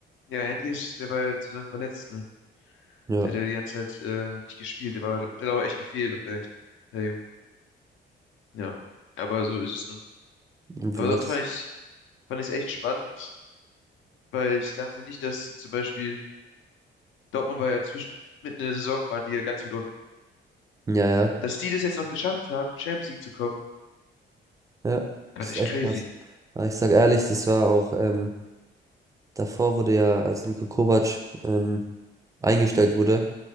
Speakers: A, on the left; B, on the right.
A: Ja, Henrich, der war ja zu lang verletzt, ne?
B: Ja,
A: Der hat ja die ganze Zeit äh, nicht gespielt. Der war, doch- der hat auch echt gefehlt auf der rechten. Der Ja. Aber so ist es, ne?
B: irgendwie
A: Aber sonst
B: was.
A: fand ich, fand ich es echt spannend, weil ich dachte nicht, dass zum Beispiel Dortmund war ja zwischen, mitten in der Saison waren die ja ganz weit unten.
B: Ja, ja,
A: Und dass die das jetzt noch geschafft haben, Champions League zu kommen,
B: ja,
A: fand
B: das ist
A: ich
B: echt
A: crazy.
B: krass. Aber ich sag ehrlich, das war auch ähm, davor wurde ja, als Niko Kovac ähm, eingestellt wurde,